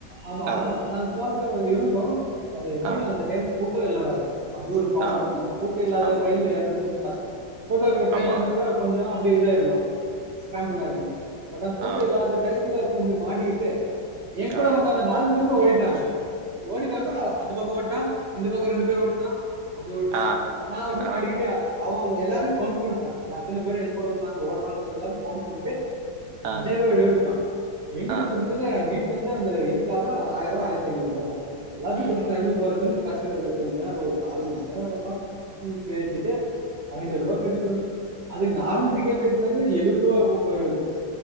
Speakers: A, on the right; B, on the right.
A: ஆமா
B: ஆ
A: அதா நாங் பாக்றோ அத இருந் தோ அது எப்டியு
B: ஆ
A: அந்த டைம் கூட்டொ இல்ல வேற அது ஒரு ப்ராப்ளம்
B: ஆ
A: நம்ம ட்டொ இல்லாத
B: ஆமா
A: ட்ரெயின்ல ஏர்றது உன்னு கஸ்ட்டொ கூட்டொ இருக்குற ட்ரயின்லர்ந்தா
B: ஆமா
A: கூட கொஞ் சொ அப்டியே இதாய்ர்லா ஸ் ஸ்க்ராம்புல் ஆயில்லா பட் அ கூட்டொ
B: ஆ
A: இல்லாத டைம்ல கொஞ்சொ மாட்டிக்கிட்டு ஏங்கூட
B: ஆ ஆ
A: வந்தவ நாலு பேருமே ஓடிட்டாங்க ஓடிட்டாங்கனா ஆ அது பக்கொ ஓட்டா இந்த பக்கொ ரெண்டு பேர் ஓட்டா அப்டி ஓட்டா
B: ஆ
A: நா மட்டு மாட்டிக்கிட்டு
B: ஆ
A: அவ எல்லாரைம் கௌண்ட் பண்ட்டா ய அத்தன பேரு ஏங்கூட வந்தாங்க ஓட்றா எல்லாமே கௌண்ட் பண்ட்டு
B: ஆ
A: அஞ்சாயிருவா எடுண்ட்டா ஏங்க்கிட்ட
B: ஆ
A: குடுத்ததே வீட் லேந்து அந்த இதுக்காக ஆய்ருவா ஆய்ரத்தைநூறுவா தா எல்லாத்தையு
B: ம்
A: குடுத்துட்டு நா எப்டி போறதுன்னு பர்ஸுல இரு கொஞ்சொ நேரொ ஒரு கால் மண் நேரொ பக்கொ நின் பேசிட்டு ஐநூறுவா கட்டிட்டு வந்த அதுக்கு நார்மல் டிக்கெட் எட்த்துந்தாலே எழ்வதுருவா என்மோ பொய்டுக்கு